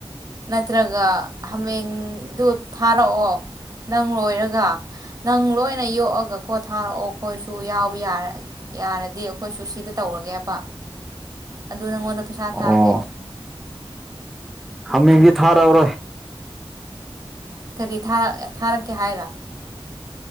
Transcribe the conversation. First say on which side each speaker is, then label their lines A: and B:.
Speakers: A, on the right (about 40°); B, in the centre.
A: ꯅꯠꯇ꯭ꯔꯒ ꯍꯥꯃꯦꯡꯗꯨ ꯊꯥꯔꯛꯑꯣ ꯅꯪ ꯂꯣꯏꯔꯒ ꯅꯪ ꯂꯣꯏꯅ ꯌꯣꯛꯑꯒ ꯀꯣ ꯊꯥꯔꯛꯑꯣ ꯑꯩꯈꯣꯏꯁꯨ ꯌꯥꯎꯕ ꯌꯥ ꯌꯥꯔꯗꯤ ꯑꯩꯈꯣꯏꯁꯨ ꯁꯤꯗ ꯇꯧꯔ ꯒꯦꯕ ꯑꯗꯨ ꯅꯪꯉꯣꯟꯗ ꯄꯩꯁꯥ
B: ꯑꯣ
A: ꯊꯥꯛꯑꯒꯦ
B: ꯍꯥꯃꯦꯡꯗꯤ ꯊꯥꯔꯛꯑꯔꯣꯏ
A: ꯀꯔꯤ ꯊꯥꯔꯛ ꯊꯥꯔꯛꯀꯦ ꯍꯥꯏꯔ